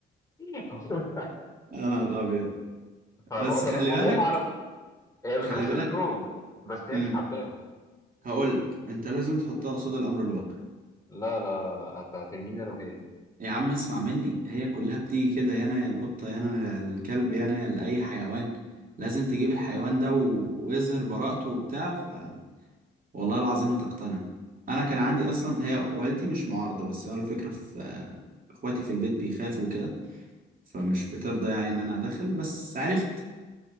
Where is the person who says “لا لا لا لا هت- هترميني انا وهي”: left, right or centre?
Left